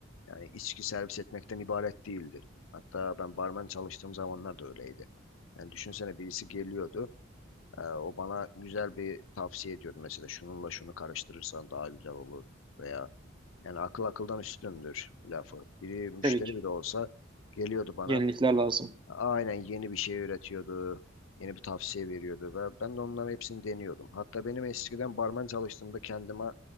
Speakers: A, on the left (about 80°); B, on the right (about 25°).
A: yani içki servis etmekten ibaret değildi. Hatta ben barmen çalıştığım zamanlar da öyleydi. Yani düşünsene birisi geliyordu. Ee, o bana güzel bir tavsiye ediyordu. Mesela şununla şunu karıştırırsan daha güzel olur veya yani akıl akıldan üstündür lafı. Biri müşteri
B: Tabii ki
A: bile olsa geliyordu bana.
B: yenilikler lazım.
A: Aynen yeni bir şey üretiyordu. Yeni bir tavsiye veriyordu ve ben de onların hepsini deniyordum. Hatta benim eskiden barman çalıştığımda kendime